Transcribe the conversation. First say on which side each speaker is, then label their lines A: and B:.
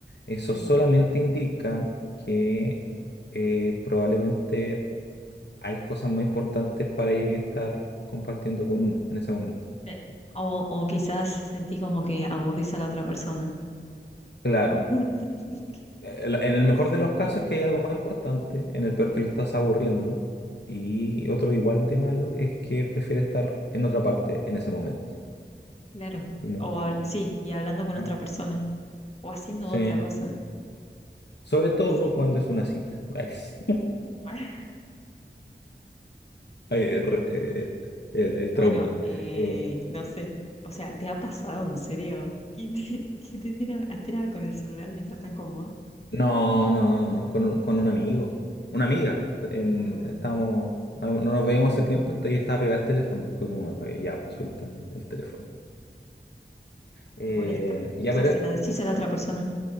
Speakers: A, on the left; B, on the left.
A: eso
B: Ujú.
A: solamente indica que eh, probablemente hay cosas más importantes para ella que estar compartiendo con uno en ese momento.
B: Eh, O, o quizás sentís como que aburrís a la otra persona.
A: Claro,
B: <laughs>
A: el- en el mejor
B: Sí.
A: de los casos es que hay algo más importante, en el peor que lo estás aburriendo, y otro igual de malo es que prefiere estar en otra parte en ese momento
B: Claro.
A: y no
B: O
A: ahí.
B: hab- sí, y hablando con
A: Ah.
B: otra persona o haciendo
A: Sí.
B: otra cosa.
A: Sobre todo
B: Sí.
A: cuando es una cita. <laughs> Ay, es-
B: <laughs>
A: ay, eh, re- eh, el, el
B: Bueno,
A: trauma.
B: eh,
A: Eh,
B: no sé. O sea, ¿te ha pasado en serio que te, <laughs> que te tiene a- estén a- con el celular mientras están con vos?
A: no, no, no, no, no, con un, con un amigo, una amiga. En,
B: Ah.
A: estábamos, no, no nos veíamos hace tiempo entonces y estaba pegado al teléfono. Y fue como, "Ay, ya, pues suelta el teléfono. Eh,
B: ¿Te molesta?
A: ya,
B: O sea,
A: pero
B: ¿se lo decís a la otra persona